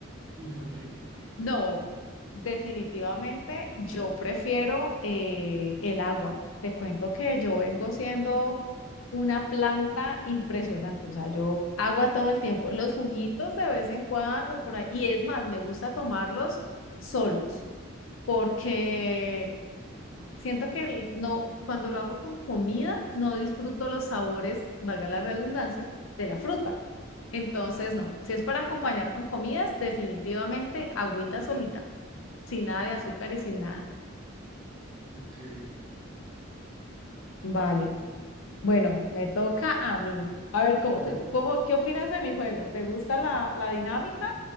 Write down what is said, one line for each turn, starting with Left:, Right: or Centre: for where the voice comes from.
Right: ¿Y por qué?
Left: No, definitivamente yo prefiero eh, el agua. Te cuento que yo vengo siendo una planta impresionante, o sea, yo agua todo el tiempo, los juguitos de vez en cuando por ahí, y es más, me gusta tomarlos solos, porque siento que el- no, cuando lo hago con comida, no disfruto los sabores, valga la redundancia, de la fruta. Entonces, no, si es para acompañar con comidas, definitivamente agüita solita. Sin nada de azúcar y sin nada.
Right: Ok.
Left: Vale. Bueno, me toca a mí. A ver,
Right: dale.
Left: ¿cómo, qué- cómo- qué opinas de mi juego? ¿Te gusta la, la dinámica